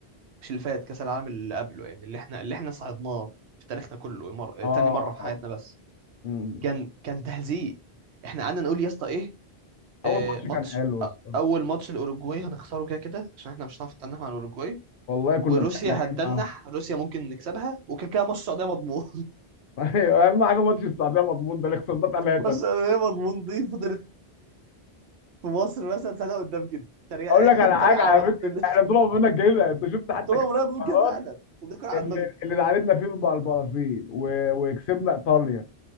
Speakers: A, on the right; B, on the left.
A: مش اللي فات كاس العالم اللي قبله يعني اللي احنا اللي احنا صعدناه في تاريخنا كله مر...
B: اه
A: تاني مرة في حياتنا بس
B: مم.
A: كان كان تهزيء احنا قعدنا نقول يا اسطى ايه آه،
B: اول ماتش
A: ماتش
B: كان حلو بس.
A: أ- اول ماتش الاوروجواي هنخسره كده كده عشان احنا مش هنعرف نتنح مع الاوروجواي
B: والله كنا
A: وروسيا
B: بتنحين
A: هنتنح
B: معاهم
A: روسيا ممكن نكسبها وكده كده ماتش السعودية مضمون
B: ايوه اهم حاجه ماتش السعوديه مضمون ده اللي خسرنا ثلاثه
A: <laughs> ماتش السعودية مضمون دي فضلت في مصر مثلا سنه قدام كده تريق
B: اقول
A: <laughs>
B: لك على حاجه
A: تريق على
B: على فكره
A: نفسنا
B: احنا طلعوا مننا كده انت شفت حتى
A: طول عمرنا
B: كام
A: بنقول
B: المرات
A: كده فعلا وبناكل على
B: اللي
A: دماغنا
B: اللي تعادلنا فيه مع البرازيل و... وكسبنا ايطاليا